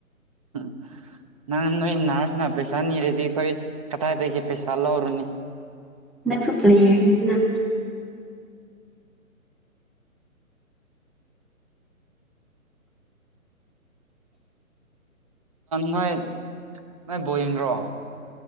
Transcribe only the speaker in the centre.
ꯅꯪ ꯁꯣꯄ ꯇ ꯍꯥꯏꯗꯅ